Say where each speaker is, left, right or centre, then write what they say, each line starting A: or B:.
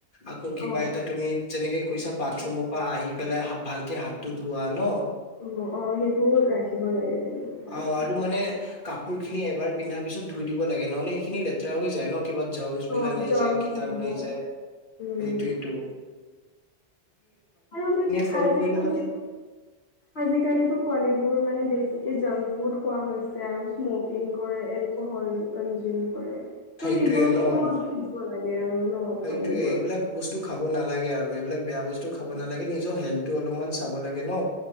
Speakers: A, on the left (about 45°); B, on the left (about 65°).
A: আকৌ কিবা
B: অ',
A: এটা তুমি যেনেকে কৈছা বাট চুমৰ পৰা আহি পেলাই ভালকে হাতটো ধোৱা ন
B: অ অ সেইবোৰ ৰাখিব লাগে কিন্তু ভালকে।
A: অ আৰু মানে কাপোৰ খিনি এবাৰ পিন্ধা পিছত ধুই দিব লাগে নহলে সেইখিনি লেতেৰা হৈ যায় ন কিবা জলছ
B: অ',
A: বিলাক আহি
B: জ্বৰ
A: যায় কীটানণু
B: তুলিব
A: আহি যায়
B: উম,
A: এইটোয়েইটো
B: আৰু মে
A: ফ'ল'
B: আজি
A: কৰিলে
B: তি
A: মানে
B: আজিকালিিতো পোৱালীিবোৰ মানে বেছিকে জ বহুত খোৱা হৈছে আৰু স্মকিং কৰে এলকহল কনজিউম কৰে। ত'
A: সেইটোয়ে
B: সেইবোৰৰক
A: ন
B: দৰকৈ দিব লাগে আৰু ন'
A: সেইটোয়ে
B: পোৱালীবোৰ।
A: এইবিলাক বস্তু খাব খ নালাগে আৰু এইবিলাক বেয়া বস্তু খাব নালাগে নিজৰ হেল্থটো অলপমান চাব লাগে ন